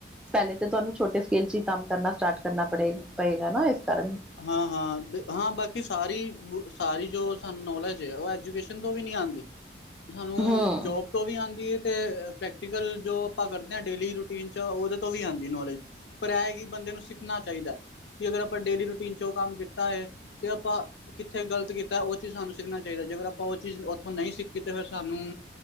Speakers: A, in the centre; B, on the left.
A: ਪਹਿਲੇ ਤਾਂ ਤੁਹਾਨੂੰ ਛੋਟੇ ਸਕੇਲ ਚ ਹੀ ਕੰਮ ਕਰਨਾ ਸਟਾਰਟ ਕਰਨਾ ਪੜੇ-ਪਏਗਾ ਨਾ ਇਸ ਕਾਰਨ।
B: ਹਾਂ, ਹਾਂ, ਹਾਂ ਬਾਕੀ ਸਾਰੀ, ਸਾਰੀ ਜੋ ਸਾਨੂੰ ਨੌਲੇਜ ਹੈ। ਉਹ ਐਜੂਕੇਸ਼ਨ ਤੋਂ ਵੀ ਨਹੀਂ ਆਉਂਦੀ।
A: <inaudible>
B: ਸਾਨੂੰ
A: ਹੂੰ
B: ਜੋਬ- ਤੋਂ ਵੀ ਆਉਂਦੀ ਹੈ ਤੇ ਪ੍ਰੈਕਟੀਕਲ ਜੋ ਆਪਾਂ ਕਰਦੇ ਹਾਂ ਡੇਲੀ ਰੂਟੀਨ ਚ ਉਹਦੇ ਤੋਂ ਵੀ ਆਉਂਦੀ ਹੈ ਨੌਲੇਜ। ਪਰ ਇਹ ਕਿ ਬੰਦੇ ਨੂੰ ਸਿੱਖਣਾ ਚਾਹੀਦਾ, ਕਿ ਅਗਰ ਆਪਾਂ ਡੇਲੀ ਰੂਟੀਨ ਚ ਉਹ ਕੰਮ ਕੀਤਾ ਏ। ਤੇ ਆਪਾਂ- ਕਿੱਥੇ ਗ਼ਲਤ ਕੀਤਾ ਉਹ ਚੀਜ਼ ਸਾਨੂੰ ਸਿੱਖਣਾ ਚਾਹੀਦਾ ਹੈ। ਜੇਕਰ ਆਪਾਂ ਉਹ ਚੀਜ਼ ਉੱਥੋਂ ਨਹੀਂ ਸਿੱਖੀ ਤੇ ਫਿਰ ਸਾਨੂੰ।